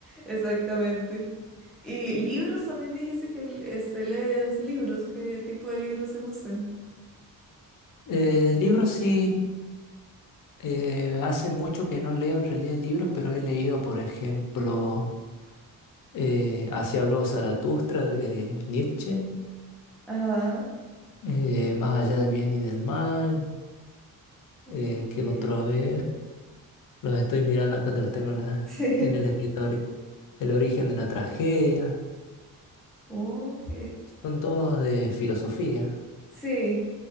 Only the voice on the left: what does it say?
Eh, libros sí. Eh, hace mucho que no leo en realidad libros, pero he leído, por ejemplo, eh, Así habló Zaratustra de Nietzsche,
eh, Más allá del bien y del mal,
eh, ¿qué
otro? A ver, los estoy mirando acá que los tengo en, la-
en el escritorio. El origen de la tragedia,
son todos de filosofía.